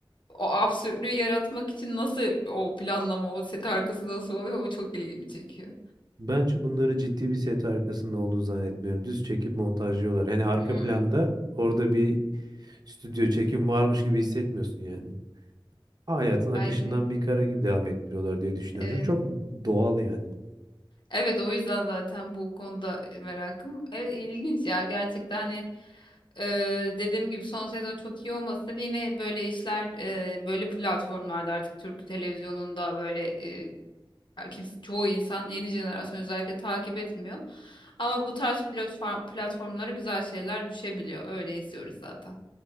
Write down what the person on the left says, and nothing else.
o absürtlüğü yaratmak için nasıl o planlama, o set arkası nasıl oluyor o çok ilgimi çekiyor.
Hmm,
belki de.
Evet.
Evet o yüzden zaten bu konuda e, merakım. Evet ilginç ya gerçekten hani e, dediğim gibi son sezon çok iyi olmasa da yine böyle işler e, böyle platformlarda artık Türk televizyonunda böyle e, kimse, çoğu insan yeni jenerasyon özellikle takip etmiyor. Ama bu tarz platform, platformlara güzel şeyler düşebiliyor. Öyle izliyoruz zaten.